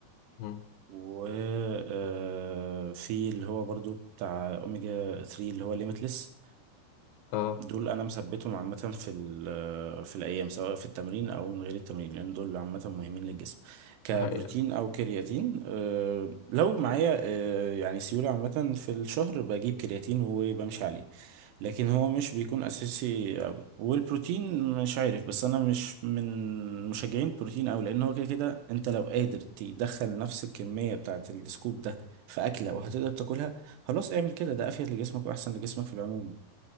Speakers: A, on the left (about 85°); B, on the right (about 75°).
A: مم.
B: و آه، في اللي هو برضو بتاع اوميجا 3 اللي هو ليميتلس
A: اه
B: دول انا مثبتهم عامه في ال- في الايام سواء في التمرين او من غير التمرين لان دول عامه مهمين للجسم كبروتين
A: دي حقيقة
B: او كرياتين آه، لو معايا آه، يعني سيوله عامه في الشهر بجيب كرياتين وبمشي عليه لكن هو مش بيكون اساسي قوي والبروتين مش عارف بس انا مش من مشجعين البروتين قوي لان هو كده كده انت لو قادر تدخل نفس الكميه بتاعه السكوب ده في اكله وهتقدر تاكلها خلاص اعمل كده ده افيد لجسمك واحسن لجسمك في العموم